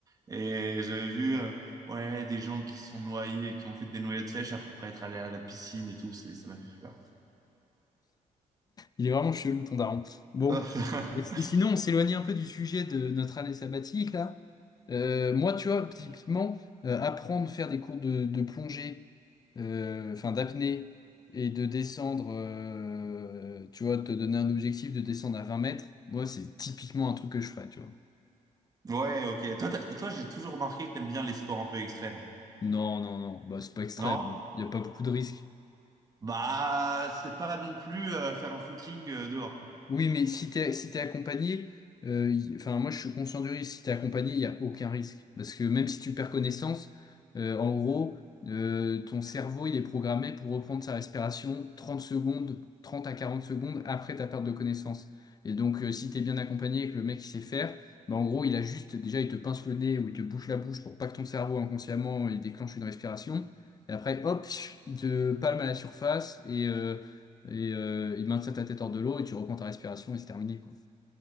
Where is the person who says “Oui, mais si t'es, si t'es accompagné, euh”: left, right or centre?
Left